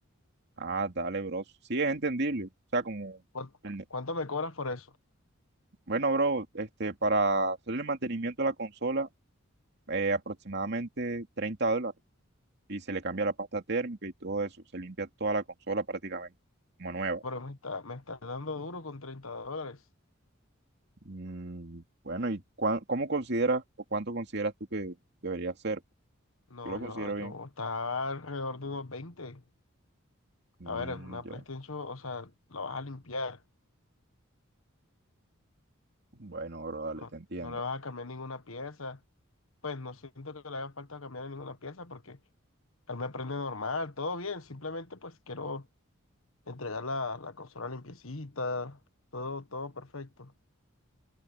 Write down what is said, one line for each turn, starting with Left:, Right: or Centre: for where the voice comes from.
Right: Ah, dale, bro. Sí, es entendible. O sea, como.
Left: ¿Cuán-
Right: el-
Left: ¿Cuánto, me cobras por eso?
Right: Bueno, bro, este, para hacerle el mantenimiento a la consola, eh, aproximadamente 30 dólares. y se le cambia la pasta térmica y todo eso. Se limpia toda la consola prácticamente, como nueva.
Left: Pero me está, me está dando duro con treinta dólares.
Right: Mm, bueno, y ¿Cuán- ¿Cómo consideras o cuánto consideras tú que debería ser?
Left: No,
Right: Yo lo considero
Left: yo, yo
Right: bien.
Left: está alrededor de unos veinte
Right: mm,
Left: A ver, es una
Right: ya.
Left: PlayStation, o sea, la vas a limpiar,
Right: Bueno, bro, dale,
Left: no,
Right: te entiendo.
Left: no le vas a cambiar ninguna pieza. Pues no siento que le haga falta cambiar ninguna pieza porque él me prende normal, todo bien, simplemente pues quiero entregar la, la consola limpiecita, todo, todo perfecto.